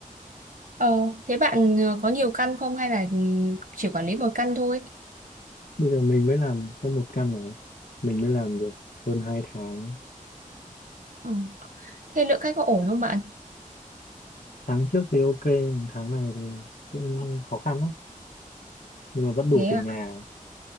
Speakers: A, on the right; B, on the left.
A: Ờ, thế bạn ờ, có nhiều căn không hay là ừ, chỉ quản lý một căn thôi?
B: bây giờ mình mới làm có một căn mà mình mới làm được hơn hai tháng
A: Ờ. Thế lượng khách có ổn không bạn?
B: tháng trước thì ok tháng này thì cũng khó khăn lắm nhưng mà vẫn đủ
A: Thế
B: tiền
A: à?
B: nhà